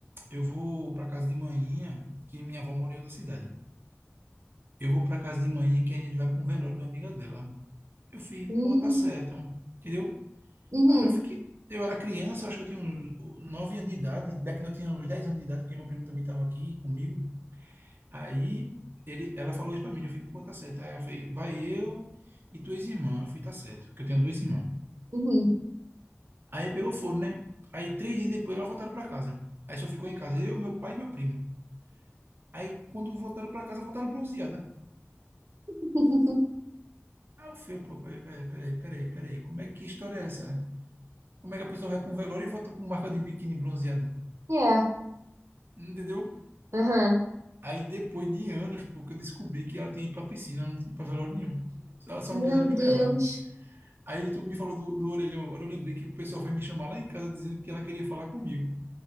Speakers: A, on the right; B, on the right.
A: Eu vou para casa de manhã, que minha avó mora em outra cidade. Eu vou para casa de manhã que a gente vai para um velório de uma amiga dela. Eu fui, pô,
B: uhum,
A: tá certo, entendeu?
B: uhum,
A: Eu já fiquei. Eu era criança, eu acho que eu tinha uns 9 anos de idade, de- não, eu tinha uns 10 anos de idade, porque meu primo também estava aqui comigo. Aí ele, ela falou isso para mim, eu fui, pô, tá certo. Aí ela foi, vai eu e tuas irmãs. Eu fui, tá certo, que eu tenho dois irmãos.
B: uhum.
A: Aí pegou fogo, né? Aí três dias depois elas voltaram para casa. Aí só ficou em casa eu, meu pai e meu primo. Aí quando voltaram para casa, voltaram bronzeados.
B: <laughs>
A: Aí eu fui, pô, peraí, peraí, peraí, peraí, peraí, como é que história é essa? Como é que a pessoa vai para um velório e volta com marca de biquíni bronzeada?
B: É,
A: Entendeu?
B: aham.
A: Aí depois de anos, pô, que eu descobri que ela tinha ido para piscina, ela não tinha ido para velório nenhum. Ela só
B: Meu
A: não quiseram me
B: Deus.
A: levar. Aí tu me falou do, do orelhão agora, eu lembrei que o pessoal foi me chamar lá em casa dizendo que ela queria falar comigo.